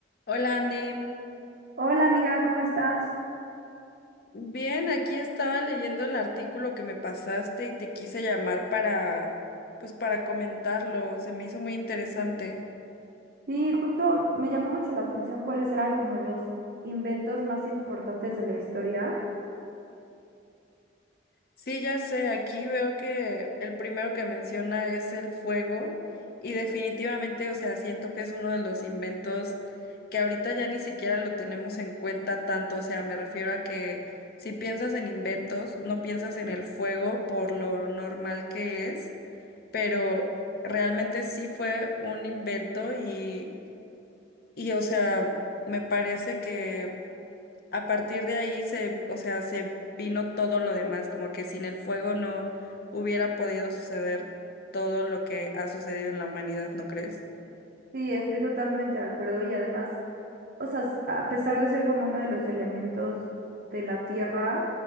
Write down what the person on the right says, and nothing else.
Hola amiga, ¿cómo estás?
Sí, justo me llamó mucho la atención cuáles eran como los inventos más importantes de la historia.
Sí, estoy totalmente de acuerdo y además o sea, s- a pesar de ser como uno de los elementos de la tierra,